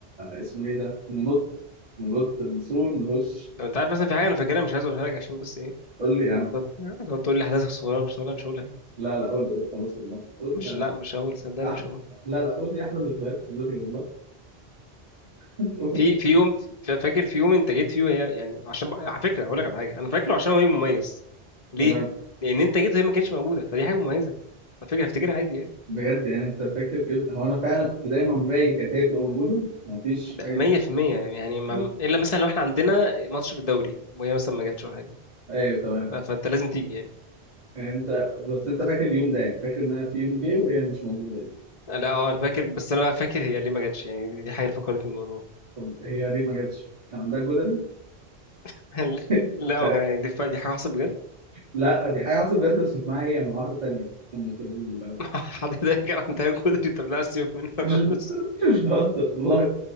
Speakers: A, on the right (about 40°); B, on the left (about 35°).
A: اسمه ايه ده ننط ننط من السور نخش
B: لو انت عارف مثلا في حاجة انا فاكرها مش عايز اقولها لك عشان بس إيه،
A: قول لي يا عم
B: هتقعد تقول لي احداثك صغيره مش صغيره مش هقولها يعني.
A: لا لا قول قول خلاص والله قول
B: مش لا مش هقول صدقني
A: أح...
B: مش هقول
A: لا لا قول لي احلى ذكريات في الدنيا والله <laughs> قول.
B: في في يوم ف- فاكر في يوم انت جيت فيه وهي يعني عشان بقى- على فكره هقول لك على حاجه انا فاكره عشان هو يوم مميز ليه؟
A: تمام
B: لان انت جيت وهي ما كانتش موجوده فدي حاجه مميزه على فكره افتكرها عادي يعني
A: بجد يعني انت فاكر كده هو انا فعلا كنت دايما باجي كانت هي بتبقى موجوده مفيش
B: ده
A: حاجه
B: 100% يعني ما...
A: <laughs>
B: الا مثلا لو احنا عندنا ماتش في الدوري وهي مثلا ما جاتش ولا حاجه
A: ايوه تمام
B: ف- فانت لازم تيجي يعني
A: يعني انت بس انت فاكر اليوم ده يعني فاكر ان انا في يوم جه وهي مش موجوده دي
B: لا اه انا فاكر بس انا بقى فاكر هي ليه ما جاتش يعني دي, دي حاجه اللي فكرتني بالموضوع
A: طب هي ليه ما جاتش؟ كان عندها جدري؟
B: <laughs>
A: <laughs>
B: لا هو كان يعني دي, ف- دي حاجه حصلت
A: لا دي حاجه حصلت بجد بس مش معايا هي مع واحده تانيه كنا في ال...
B: حد ده <laughs> كان عندها جدري طب لا سيبك منها
A: مش
B: خالص
A: مش بهزر والله